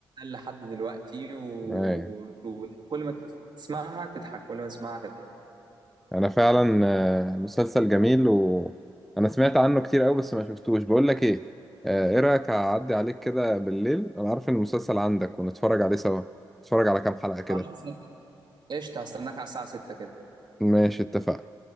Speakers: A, on the right; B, in the centre.
A: لحد دلوقتي و-
B: أيوة
A: وكل ما تسمعها تضحك كل ما تسمعها تضحك
B: انا فعلا آه، مسلسل جميل وانا سمعت عنه كتير قوي بس ما شفتوش بقول لك ايه آه، ايه رايك اعدي عليك كده بالليل انا عارف ان المسلسل عندك ونتفرج عليه سوا نتفرج على كام حلقة كده
A: خلاص قشطة هستناك على الساعة 6 كده
B: ماشي اتفقنا